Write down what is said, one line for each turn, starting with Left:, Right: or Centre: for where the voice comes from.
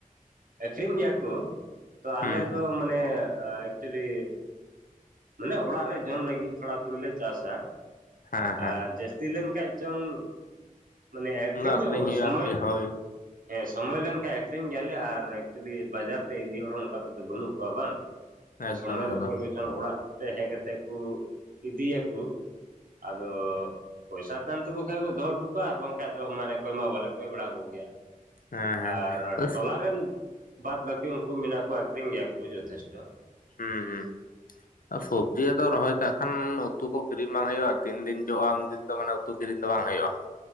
Right: ᱟᱹᱠᱷᱨᱤᱧ ᱜᱮᱭᱟ ᱠᱚ ᱛᱚ
Left: ᱦᱩᱸ
Right: ᱟᱞᱮ ᱫᱚ ᱢᱟᱱᱮ ᱢᱟᱱᱮ ᱮᱠᱪᱩᱞᱤ ᱢᱟᱱᱮ ᱚᱲᱟᱜ ᱨᱮ ᱡᱚᱢ ᱞᱟᱹᱜᱤᱫ ᱛᱷᱚᱲᱟ ᱛᱷᱩᱲᱤ ᱞᱮ ᱪᱟᱥᱟ
Left: ᱦᱮᱸ ᱦᱮᱸ
Right: ᱟᱨ ᱡᱟᱹᱥ ᱛᱤ ᱞᱮᱱᱠᱷᱟᱡ ᱪᱚᱝ ᱢᱟᱱᱮ ᱟᱹᱠᱷᱨᱤᱧᱚᱜ
Left: ᱩᱱᱫᱚ ᱟᱠᱷᱨᱤᱧ ᱦᱩᱭᱩᱜᱼᱟ
Right: ᱥᱚᱢᱚᱭ
Left: ᱟᱨᱠᱤ ᱦᱳᱭ
Right: ᱦᱮᱸ ᱥᱚᱢᱚᱭ ᱞᱮᱱᱠᱷᱟᱡ ᱟᱹᱠᱷᱨᱤᱧ ᱜᱮᱭᱟᱞᱮ ᱟᱨ ᱮᱠᱪᱩᱭᱮᱞᱤ ᱵᱟᱡᱟᱨ ᱛᱮ ᱤᱫᱤ ᱦᱚᱲ ᱦᱚᱸ ᱚᱱᱠᱟ ᱫᱚᱛᱚ ᱵᱟᱹᱱᱩᱜ ᱠᱚᱣᱟ ᱵᱟᱝ
Left: <inaudible>
Right: ᱾ ᱟᱫᱚ ᱥᱚᱢᱚᱭ
Left: ᱮᱠᱫᱚᱢ
Right: ᱨᱮ ᱚᱠᱚᱭ
Left: ᱦᱩᱸ
Right: ᱠᱚᱪᱚᱝ ᱚᱲᱟᱜ ᱛᱮ ᱦᱮᱡ ᱠᱟᱛᱮᱫ ᱠᱚ ᱤᱫᱤᱭᱟᱠᱚ ᱟᱫᱚ ᱯᱚᱭᱥᱟ ᱛᱟᱦᱮᱱ ᱛᱟᱠᱚ ᱠᱷᱟᱡ ᱠᱚ ᱫᱚᱦᱚ ᱦᱚᱴᱚ ᱠᱟᱜ ᱟᱨ ᱵᱟᱝᱠᱷᱟᱱ ᱫᱚ ᱢᱟᱱᱮ ᱠᱚᱭ ᱢᱟ ᱵᱟᱞᱮ ᱠᱚᱭ ᱵᱟᱲᱟ ᱠᱚᱜᱮᱭᱟ,
Left: ᱦᱮᱸ ᱦᱮᱸ
Right: ᱟᱨ
Left: ᱟᱫᱚ
Right: ᱴᱚᱞᱟ ᱨᱮᱱ ᱵᱟᱫ ᱵᱟᱹᱠᱤ ᱩᱱᱠᱩ ᱢᱮᱱᱟᱜ ᱠᱚᱣᱟ ᱟᱠᱷᱨᱤᱧ ᱜᱮᱭᱟ ᱠᱚ ᱡᱚᱛᱷᱮᱥᱴᱚ ᱾
Left: ᱦᱢ ᱦᱢ ᱾ ᱟ ᱥᱚᱵᱽᱡᱤ ᱟᱫᱚ ᱨᱚᱦᱚᱭ ᱠᱟᱜ ᱠᱷᱟᱱ ᱩᱛᱩ ᱠᱚ ᱠᱤᱨᱤᱧ ᱵᱟᱝ ᱦᱩᱭᱩᱜᱼᱟ ᱛᱤᱱ ᱫᱤᱱ ᱡᱚᱜᱼᱟ ᱩᱱᱫᱤᱱ ᱫᱚ ᱢᱟᱱᱮ ᱩᱛᱩ ᱠᱤᱨᱤᱧ ᱫᱚ ᱵᱟᱝ ᱦᱩᱭᱩᱜᱼᱟ ᱾